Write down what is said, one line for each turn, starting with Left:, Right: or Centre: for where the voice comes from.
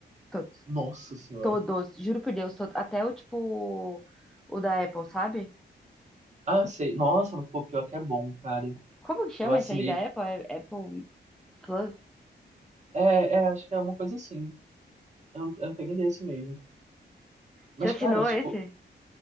Centre: Todos.
Right: Nossa senhora.
Centre: Todos. Juro por Deus, todos. Até o, tipo, o da Apple, sabe?
Right: Ah, sei. Nossa, mas pô, pior que é bom, cara.
Centre: Como que chama
Right: Eu assinei.
Centre: esse aí da Apple? É Apple Plus?
Right: É, é, acho que é uma coisa assim. Eu não, eu não peguei desse mesmo. Mas,
Centre: Você assinou
Right: cara, tipo,
Centre: esse?